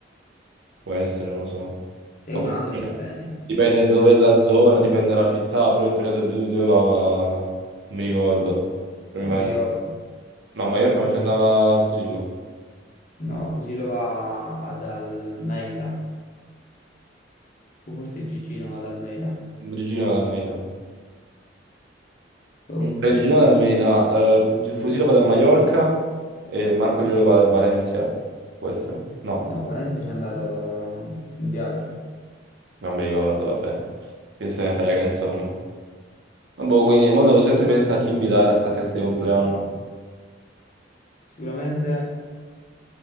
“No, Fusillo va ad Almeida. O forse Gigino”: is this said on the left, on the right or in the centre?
Left